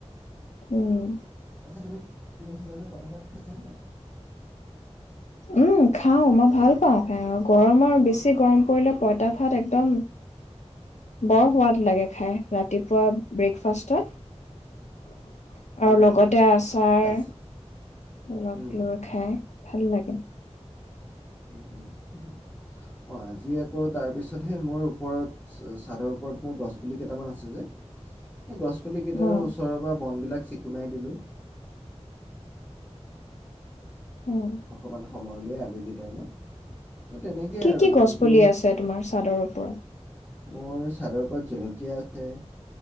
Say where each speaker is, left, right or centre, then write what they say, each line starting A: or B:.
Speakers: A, on the left; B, on the left.
A: উম।
B: আছে তুমি গচিলা যে পঠখাত পাইচিলা নি
A: উম, খাওঁ মই ভাল, পাওঁ খ গৰম আৰু বেছি গৰম পৰিলে পঁইতা ভাত একদম বৰ সোৱাদ লাগে খাই ৰাতিপুৱা ব্ৰেকফাষ্টত
B: উম,
A: আৰু লগতে আচাৰ
B: আজি
A: অলপ
B: উম,
A: লৈ খাই ভাল লাগে।
B: অ', আজি আকৌ তাৰপিছতহে মোৰ ওপৰত চাদৰ ওপৰত মোৰ গছপুলি কেইটামান আছে যে সেই গছপুলি কেইটাৰো
A: অ',
B: ওচৰৰ পৰা বনবিলাক চিকুণাই দিলোঁ।
A: অ'।
B: অকমান স সময়লৈ আবেলি টাইমত। এই তেনেকেই
A: কি,
B: আৰু
A: কি
B: দিনটো
A: গছ পুলি আছে তোমাৰ চাদৰ ওপৰত?
B: মোৰ চাদৰ ওপৰত জলকীয়া আছে,